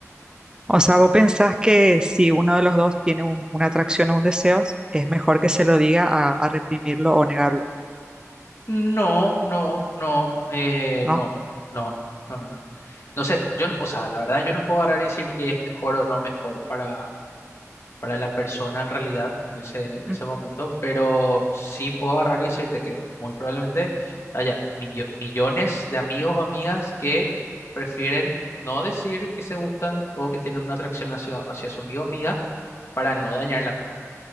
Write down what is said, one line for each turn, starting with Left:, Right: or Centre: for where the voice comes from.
Right: O sea, vos pensás que si uno de los dos tiene un- una atracción o un deseo, es mejor que se lo diga a, a reprimirlo o negarlo,
Left: No, no, no, eh,
Right: ¿no?
Left: no, no, no, no, no. Entonces, yo, no- o sea, la verdad yo no puedo agarrar y decir que es mejor o no mejor para, para la persona en realidad en ese, en
Right: Ujú.
Left: ese momento, pero sí puedo agarrar y decirte que muy probablemente haya millo- millones de amigos o amigas que prefieren no decir que se gustan o que tienen una atracción hacia, hacia su amigo o amiga para no dañar la amistad.